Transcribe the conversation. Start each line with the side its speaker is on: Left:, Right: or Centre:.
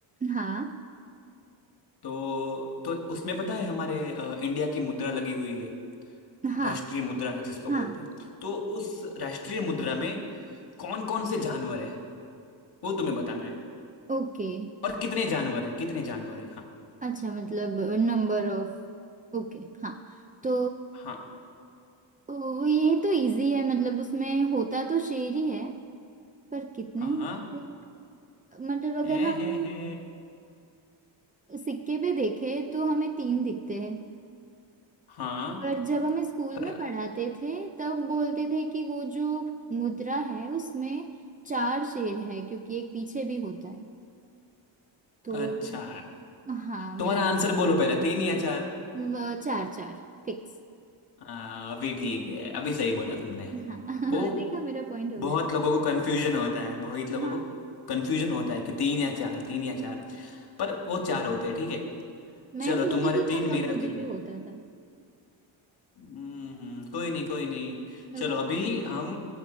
Right: हाँ
Left: तो तो उसमें पता है हमारे अ, इंडिया की मुद्रा लगी हुई है
Right: हाँ
Left: राष्ट्रीय मुद्रा जिसको
Right: हाँ
Left: बोलते हैं तो उस राष्ट्रीय मुद्रा में कौन कौन से जानवर है वो तुम्हें बताना है
Right: ओके
Left: और कितने जानवर है कितने जानवर है हाँ
Right: अच्छा मतलब नंबर ऑफ ओके हाँ तो
Left: हाँ
Right: वो ये तो इजी है मतलब उसमें होता तो शेर ही है पर कितने
Left: हाँ
Right: होते हैं मतलब अगर
Left: है
Right: हम
Left: है है
Right: सिक्के पे देखे तो हमें तीन दिखते हैं
Left: हाँ
Right: पर जब हमें स्कूल
Left: पर
Right: में पढ़ाते थे तब बोलते थे कि वो जो मुद्रा है उसमें चार शेर है क्योंकि एक पीछे भी होता है तो
Left: अच्छा
Right: हाँ मेरा
Left: तुम्हारा आंसर बोलो पहले तीन या चार
Right: मैं- चार चार फिक्स
Left: हाँ, अभी ठीक है अभी सही बोला तुमने
Right: हाँ <laughs>
Left: वो
Right: देखा मेरा पॉइंट हो
Left: बहुत
Right: गया
Left: लोगों को कंफ्यूजन होता है बहुत लोगों
Right: हाँ
Left: को कंफ्यूजन होता है कि तीन या चार तीन या चार पर वो चार होते हैं ठीक है
Right: मैं
Left: चलो
Right: छोटी
Left: तुम्हारे
Right: थी
Left: तीन
Right: ना
Left: मेरा
Right: तब मुझे
Left: तीन
Right: भी होता था
Left: हम्म हम्म, कोई नहीं कोई नहीं
Right: तब
Left: चलो अभी हम